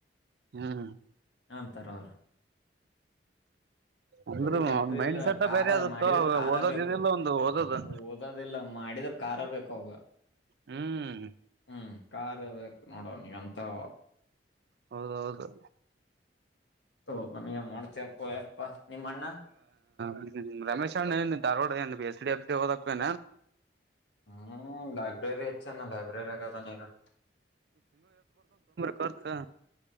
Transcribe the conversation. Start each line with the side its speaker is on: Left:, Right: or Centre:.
Right: ಹ್ಮ್
Left: ಅಂತರ ಅವ್ರು
Right: ಅಂದ್ರು
Left: ಇವಾಗ ಟ್ಯಾಕ್ಟ್ರಿ
Right: ಒಂದ್ ಮೈಂಡ್
Left: ಇಲ್ಲ
Right: ಸೆಟ್
Left: ಕಾರ
Right: ಬೇರೆ ಆದತ್ತು
Left: ಮಾಡಿದ್ರ ಕಾರ
Right: ಓದೋದ್
Left: ಬೇಕು
Right: ಇದಲ್ಲ ಒಂದು ಓದದ
Left: ಓದೋದಿಲ್ಲ ಮಾಡಿದ್ರ ಕಾರ ಬೇಕ ಅವಂಗ್
Right: ಹ್ಮ್
Left: ಹ್ಮ್ ಕಾರ್ ಬೇಕು ನೋಡ ಅವನೀಗ ಹೆಣ್ತಾವು
Right: ಹೌದೌದು
Left: ಹೌ ಬ ಮಾಡ್ತ ಎಪ್ಪೋ ಏಪ್ಪ ನಿಮ್ಮ ಅಣ್ಣ
Right: ಹ್ಮ ರಮೇಶ್ ಅಣ್ಣ ಏನ್ ಧಾರವಾಡ ಏನ್ B S D F D ಓದಕ್ಕು ಏ
Left: ಹ್ಮ್ ಲೈಬ್ರರಿ ಹೆಚ್ಚಣ ಲೈಬ್ರೆರಿ ಆಗದಾನ ಇ
Right: ಖರ್ಚು